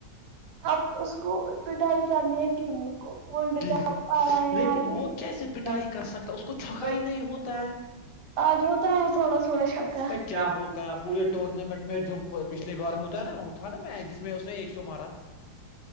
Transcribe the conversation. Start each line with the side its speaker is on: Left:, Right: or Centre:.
Right: آپ اس کو اج ہوتا
Left: کہ لیکن وہ کیسے
Right: ہے
Left: پٹائی کر سکتا اس کو چھکا ہی نہیں ہوتا
Right: تھوڑا
Left: ہے
Right: تھوڑا
Left: کیا ہوتا ہے پورے ٹورنامنٹ
Right: کیا
Left: میں جو پچھلی بار ہوتا ہے نا ہوتا
Right: ہوگا
Left: نا میچ جس میں اس نے ایک سو مارا